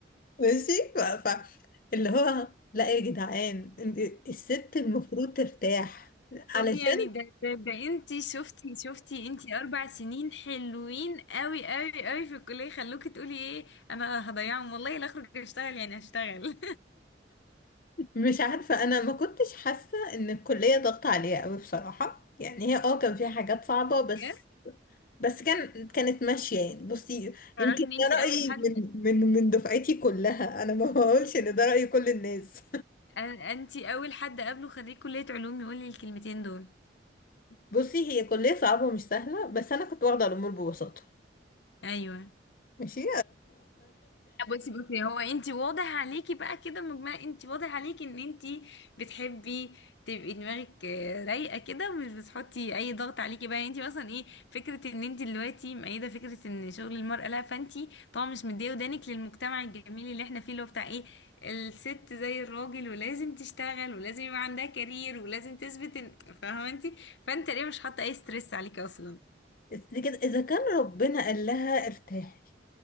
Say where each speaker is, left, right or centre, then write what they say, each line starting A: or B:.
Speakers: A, on the left (about 50°); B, on the left (about 75°).
A: <laughs> ماشي ف... ف... اللي هو لا يا جدعان ال- الست المفروض ترتاح علشان
B: طب يعني ده ده, ده انتي شفتي شفتي انتي اربع سنين حلوين قوي قوي قوي في الكلية خلوكي تقولي ايه انا هضيعهم والله لا اخرج اشتغل يعني هشتغل
A: مش عارفة انا ما كنتش حاسة ان الكلية ضغط عليها قوي بصراحة يعني هي اه كان فيها حاجات صعبة بس
B: <laughs> بجد
A: بس كان كانت ماشية يعني بصي
B: تعرفي
A: يمكن
B: ان انتي
A: ده رأيي
B: اول حد
A: من من من دفعتي كلها انا ما بقولش ان ده رأي كل الناس
B: أن- انتي اول حد قابله خريج كلية علوم يقول لي الكلمتين دول
A: بصي هي كلية صعبة ومش سهلة بس أنا كنت واخدة الأمور ببساطة
B: ايوه
A: ماشي
B: بصي بصي هو انت واضح عليكي بقى كده مجمله انت واضح عليكي ان انت بتحبي تبقي دماغك آه، رايقه كده ومش بتحطي اي ضغط عليكي بقى يعني انت مثلا ايه فكره ان انت دلوقتي مؤيده فكره ان شغل المراه لا فانت طبعا مش مديه ودانك للمجتمع الجميل اللي احنا فيه اللي هو بتاع ايه الست زي الراجل ولازم تشتغل ولازم يبقى عندها كارير ولازم تثبت ان فاهمه انت فانت ليه مش حاطه اي ستريس عليكي اصلا
A: <laughs> لكن إذا كان ربنا قال لها ارتاحي